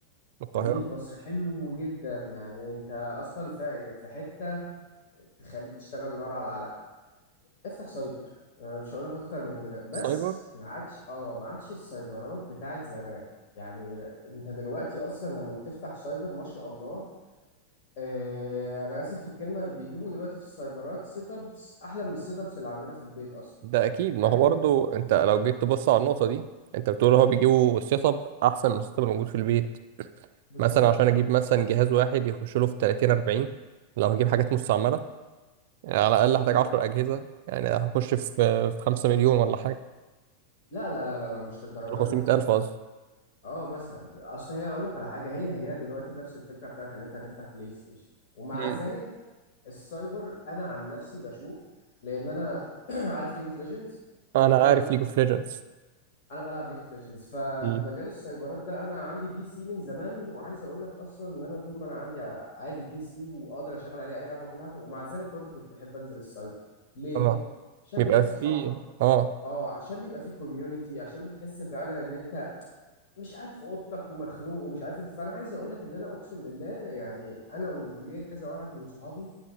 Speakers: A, on the right; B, on the left.
A: من القاهره
B: مدينة نصر حلو جدا يعني انت اصلا في في حتة تخليك تشتغل نار على العالم افتح سايبر أه مش هقولك اكتر من كده بس
A: سايبر
B: ما عادش اه ما عادش السايبرات بتاعت زمان يعني انت دلوقتي اصلا لما بتفتح سايبر ما شاء الله اه انا اسف في الكلمة بيجيبوا دلوقتي في السايبرات سيت ابس احلى من السيت ابس اللي عندنا في البيت اصلا
A: ده اكيد ما
B: فاهم
A: هو برضو انت
B: في-
A: لو جيت تبص على النقطه دي انت بتقول هو بيجيبوا سيت اب احسن من السيت اب الموجود في البيت
B: بالظبط
A: مثلا عشان اجيب مثلا جهاز واحد يخش له في 30 40 لو هجيب حاجات مستعمله يعني على الأقل هحتاج
B: لا
A: 10 أجهزة يعني هخش في في 5 مليون ولا حاجة
B: لا لا لا لا لا مش للدرجه
A: 500
B: دي يا عم
A: ألف قصدي
B: اه مثلا اصل هي اقول لك على حاجه هي هي دلوقتي نفس الفكره بتاعت ان انت هتفتح بلاي ستيشن ومع
A: مم.
B: ذلك السايبر انا عن نفسي بشوف لان انا <clears throat> عارف ليج اوف ليجندز
A: أنا
B: انا بلعب
A: عارف
B: ليج اوف
A: ليج
B: ليجندز
A: اوف ليجندز
B: انا بلعب ليج اوف ليجندز فمجال
A: مم.
B: السايبرات ده انا عندي بي سي من زمان وعايز اقول لك اصلا ان انا طول ما انا عندي ع- عادي بي سي واقدر اشغل عليه اي لعبه كل حاجه ومع ذلك برضه كنت بحب انزل السايبر ليه
A: اه
B: عشان
A: بيبقى
B: بيبقى فيه
A: فيه
B: صحابك
A: اه
B: اه عشان بيبقى فيه كوميونتي عشان بتحس فعلا ان انت مش قاعد في اوضتك ومخنوق ومش عارف ايه فانا عايز اقول لك ان انا اقسم بالله يعني انا وليا كذا واحد من صحابي